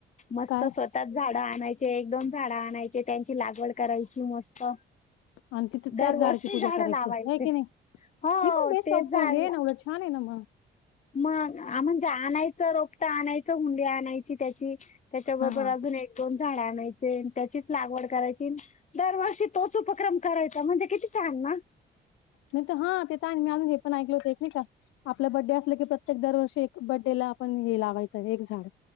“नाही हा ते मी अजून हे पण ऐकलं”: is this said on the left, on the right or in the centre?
Left